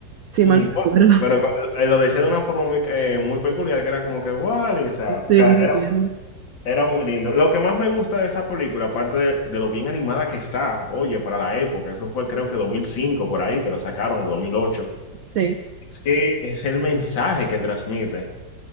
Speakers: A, on the right (about 75°); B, on the left (about 80°).
A: si
B: Mm,
A: mal no recuerdo.
B: gua- pero co- eh, lo decía de una forma muy, eh, muy peculiar, que era como que, guau, y, o sea,
A: <laughs> Sí,
B: o sea,
A: muy
B: era
A: bien.
B: Era muy lindo. Lo que más me gusta de esa película, aparte de, de lo bien animada que está, oye, para la época, eso fue creo que 2005 por ahí que la sacaron o 2008.
A: Sí.
B: es que es el mensaje que transmite.